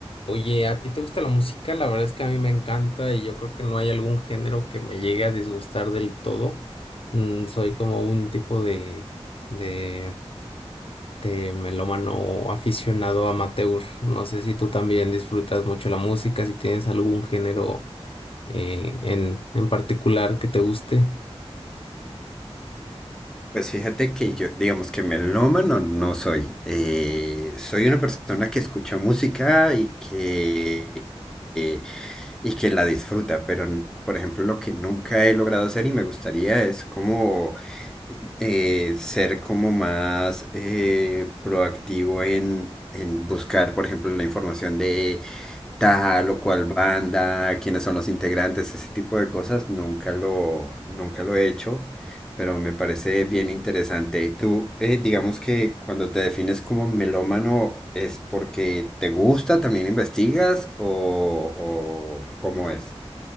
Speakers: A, on the left; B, in the centre.
A: Oye, ¿a ti te gusta la música? La verdad es que a mí me encanta y yo creo que no hay algún género que me llegue a disgustar del todo. Mm, soy como un tipo de, de, de melómano aficionado amateur. No sé si tú también disfrutas mucho la música, si tienes algún género eh, en, en particular que te guste.
B: Pues fíjate que yo, digamos que melómano no soy. Eh, soy una persona que escucha música y que, eh, y que la disfruta, pero n- por ejemplo lo que nunca he logrado hacer y me gustaría es como eh, ser como más eh, proactivo en, en buscar, por ejemplo, la información de tal o cual banda, quiénes son los integrantes, ese tipo de cosas, nunca lo, nunca lo he hecho, pero me parece bien interesante. Tú, eh, digamos que cuando te defines como melómano, ¿es porque te gusta, también investigas o, o cómo es?